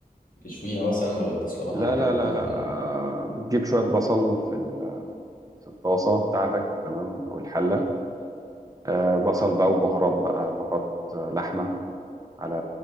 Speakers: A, on the left; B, on the right.
A: تشويها مثلا ولا بتسلقها بعد
B: لا
A: كده
B: لا
A: تقليها
B: لا لا
A: ولا
B: آه، بتجيب شويه بصل في ال- في الطاسه بتاعتك تمام او الحله آه، بصل بقى وبهارات بقى بهارات آه، لحمه على